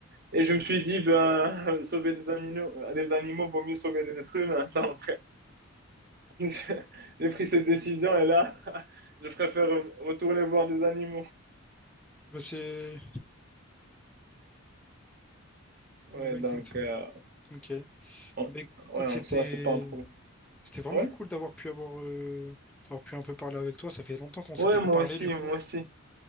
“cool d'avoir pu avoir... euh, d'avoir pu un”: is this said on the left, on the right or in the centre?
Centre